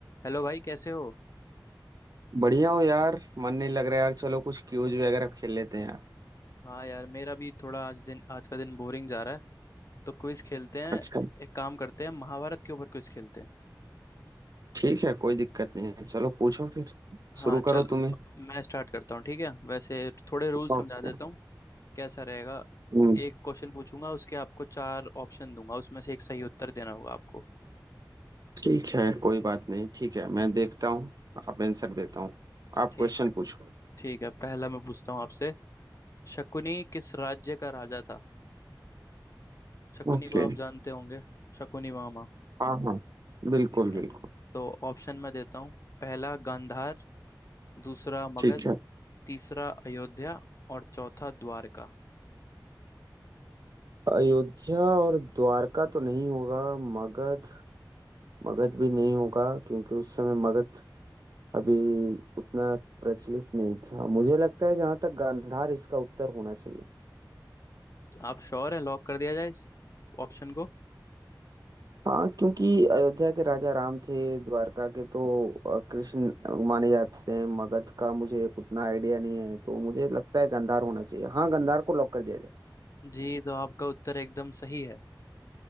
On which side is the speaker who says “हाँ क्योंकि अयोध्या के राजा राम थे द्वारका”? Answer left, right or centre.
Right